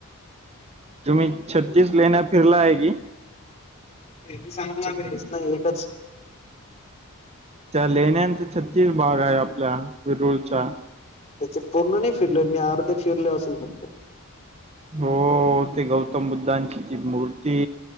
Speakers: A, on the right; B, on the left.
A: तुम्ही छत्तीस लेण्या फिरला आहे की.
B: ती सांगणारस ना एकच.
A: त्या लेहिण्याचा छत्तीस भाग आहे आपल्या वेरुळचा.
B: त्याचे पूर्ण नाही फिरल मी अर्धे फिरले असेल म्हणतो.
A: हो ते गौतम बुद्धांची ती मूर्ती